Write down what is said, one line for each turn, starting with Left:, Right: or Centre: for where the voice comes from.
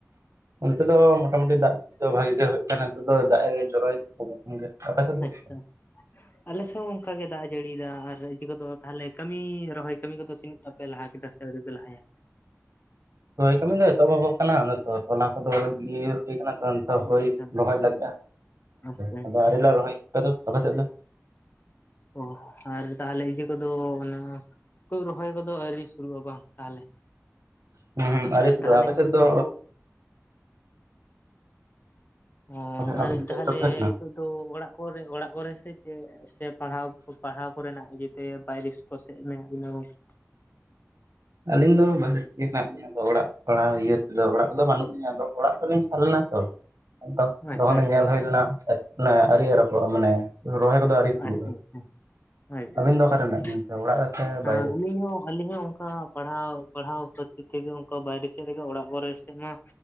Right: ᱚᱱᱛᱮ ᱫᱚ ᱢᱚᱴᱟᱢᱩᱴᱤ ᱫᱟᱜ ᱡᱟᱹᱲᱤ ᱫᱚ ᱵᱷᱟᱜᱤ ᱜᱮ ᱦᱩᱭᱩᱜ ᱾ ᱱᱤᱛᱚᱜ ᱫᱚ ᱫᱟᱜ ᱡᱚᱨᱚᱭᱮᱫᱟ ᱟᱯᱮ ᱥᱮᱫ ᱫᱚ
Left: ᱟᱪᱪᱷᱟ
Right: ᱪᱮᱫ?
Left: ᱟᱞᱮ ᱥᱮᱫ ᱦᱚᱸ ᱚᱱᱠᱟ ᱜᱮ ᱫᱟᱜ ᱡᱟᱹᱲᱤᱭᱮᱫᱟ ᱟᱨ ᱤᱭᱟᱹ ᱠᱚᱫᱚ ᱛᱟᱦᱚᱞᱮ ᱠᱟᱹᱢᱤ ᱨᱚᱦᱚᱭ ᱠᱟᱹᱢᱤ ᱠᱚᱫᱚ ᱛᱤᱱᱟᱹᱜ? ᱟᱯᱮ ᱞᱟᱦᱟ ᱠᱮᱫᱟ ᱥᱮ ᱟᱹᱣᱨᱤ ᱯᱮ ᱞᱟᱦᱟᱭᱟ?
Right: ᱨᱚᱭ ᱠᱟᱹᱢᱤ ᱫᱚ ᱮᱛᱚᱦᱚᱵᱵᱚᱜ ᱠᱟᱱᱟ ᱛᱚ ᱛᱚᱞᱟ ᱠᱚᱫᱚ ᱜᱮ ᱤᱭᱟᱹ ᱦᱩᱭ ᱟᱠᱟᱱᱟ ᱾ ᱱᱤᱛᱚ ᱫᱚ ᱦᱩᱲᱩ
Left: ᱟᱪᱪᱷᱟ
Right: ᱨᱚᱦᱚᱭ ᱞᱟᱹᱜᱤᱫᱼᱟ
Left: ᱟᱪᱪᱷᱟ
Right: ᱥᱚᱢ
Left: ᱟᱪᱪᱷᱟ
Right: ᱫᱚ ᱟᱮ ᱞᱮ ᱨᱚᱦᱚᱭ ᱫᱚ ᱟᱯᱮ ᱥᱮᱫ ᱫᱚ
Left: ᱚ ᱟᱨ ᱛᱟᱦᱚᱞᱮ ᱤᱡᱮ ᱠᱚᱫᱚ ᱚᱱᱟ ᱨᱚᱦᱚᱭ ᱠᱚᱫᱚ ᱟᱹᱣᱨᱤ ᱥᱩᱨᱩᱜᱼᱟ ᱵᱟᱝ ᱛᱟᱦᱚᱞᱮ
Right: ᱦᱩᱸ ᱦᱩᱸ ᱟᱹᱣᱨᱤ
Left: ᱟᱨ
Right: ᱥᱩᱨᱩᱜᱼᱟ
Left: ᱛᱟᱦᱚᱞᱮ
Right: ᱟᱯᱮ
Left: ᱤᱭᱟᱹ
Right: ᱥᱮᱫ
Left: ᱠᱚᱫᱚ
Right: ᱫᱚ
Left: ᱚ
Right: ᱟᱯᱮ
Left: ᱟᱨ
Right: ᱥᱮᱫ
Left: ᱛᱟᱦᱚᱞᱮ
Right: ᱫᱚ ᱮᱛᱚᱦᱚᱵ ᱮᱱᱟ
Left: ᱦᱤᱛᱚ ᱛᱚ ᱚᱲᱟᱜ ᱠᱚᱨᱮ ᱚᱲᱟᱜ ᱠᱚᱨᱮ ᱥᱮ ᱪᱮᱫ ᱥᱮ ᱯᱟᱲᱦᱟᱣ ᱯᱟᱲᱦᱟᱣ ᱠᱚᱨᱮ ᱱᱟᱜ ᱛᱮ ᱵᱟᱭᱨᱮ ᱠᱚ ᱥᱮᱫ ᱢᱮᱱᱟᱜ ᱵᱤᱱᱟ ᱜᱚᱝᱠᱮ᱾
Right: ᱟᱹᱞᱤᱧ ᱫᱚ ᱵᱟᱨᱦᱨᱮ ᱛᱮᱜᱮ ᱦᱮᱱᱟᱜ ᱞᱤᱧᱟ ᱟᱫᱚ ᱚᱲᱟᱜ ᱯᱟᱲᱦᱟᱣ ᱤᱭᱟᱹ ᱛᱮ ᱫᱚ ᱚᱲᱟᱜ ᱠᱚᱫᱚ ᱵᱟᱹᱱᱩᱜ ᱞᱤᱧᱟ ᱟᱫᱚ ᱚᱲᱟᱜ ᱛᱚ ᱞᱤᱧ ᱪᱟᱞᱟᱣ ᱞᱮᱱᱟ ᱛᱚ ᱾
Left: ᱟᱪᱪᱷᱟ
Right: ᱫᱚᱚᱱᱮ
Left: ᱟᱪᱪᱷᱟ
Right: ᱧᱮᱞ
Left: ᱟᱪᱪᱷᱟ
Right: ᱦᱩᱭ ᱞᱮᱱᱟ ᱟᱨᱤᱭ ᱨᱚᱯᱚᱲᱼᱟ ᱢᱟᱱᱮ ᱨᱚᱦᱚᱭ ᱠᱚᱫᱚ ᱟᱹᱣᱨᱤ ᱥᱩᱨᱩᱜᱼᱟ
Left: ᱟᱪᱪᱷᱟ ᱟᱪᱪᱷᱟ ᱾ ᱟᱪᱪᱷᱟ
Right: ᱟᱹᱵᱤᱱ
Left: ᱟᱪᱪᱷᱟ
Right: ᱫᱚ ᱚᱠᱟᱨᱮ ᱢᱮᱱᱟᱜ ᱵᱤᱱᱟ ᱚᱲᱟᱜ
Left: ᱾
Right: ᱨᱮ ᱥᱮ
Left: ᱦᱮᱸ
Right: ᱵᱟᱭᱨᱮ?
Left: ᱟᱹᱞᱤᱧ ᱦᱚᱸ ᱟᱹᱞᱤᱧ ᱦᱚᱸ ᱚᱱᱠᱟ ᱯᱟᱲᱦᱟᱣ ᱯᱟᱲᱦᱟᱣ ᱠᱷᱟᱹᱛᱤᱨ ᱜᱮ ᱚᱱᱠᱟ ᱵᱟᱭᱨᱮ ᱥᱮᱫ ᱨᱮ ᱜᱮ ᱚᱲᱟᱜ ᱠᱚᱨᱮ ᱥᱮᱫ ᱢᱟ